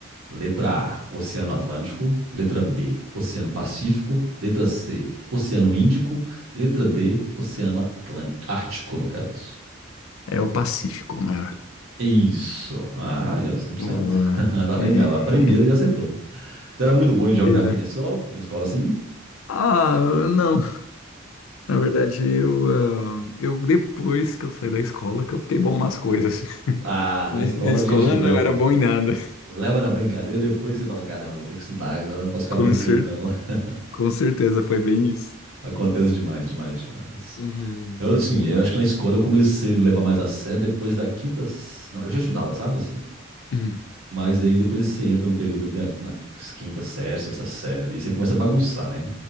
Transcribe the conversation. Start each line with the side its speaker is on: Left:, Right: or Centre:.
Right: Letra A, Oceano Atlântico. Letra B, Oceano Pacífico. Letra C, Oceano Índico. Letra D, Oceano Atlântico, Ártico, no caso.
Left: É o Pacífico o maior.
Right: Isso. Ah, aí, ó, 100%.
Left: O-
Right: <laughs> Tá
Left: é-
Right: vendo já? A primeira já acertou. Você era muito bom em geografia
Left: Beleza.
Right: na escola? Na escola, sim?
Left: Ah, não. Na verdade, eu, ah, eu depois que eu saí da escola que eu fiquei bom nas coisas. <laughs>
Right: Ah,
Left: Na,
Right: na escola
Left: na escola
Right: a gente leva,
Left: eu não era bom em nada.
Right: leva na brincadeira depois que você fala, caramba, tenho que estudar, agora não posso ficar
Left: Com
Right: brincando,
Left: cer-
Right: não. <laughs>
Left: com certeza foi bem isso.
Right: Acontece demais, demais, demais.
Left: Uhum.
Right: Eu, assim, eu acho que na escola eu comecei a levar mais a sério depois da quinta... s- Não, eu já estudava, sabe, assim...
Left: Hum,
Right: Mas aí depois você entra um período ali na, na quinta série, sexta série ali, você começa a bagunçar, né?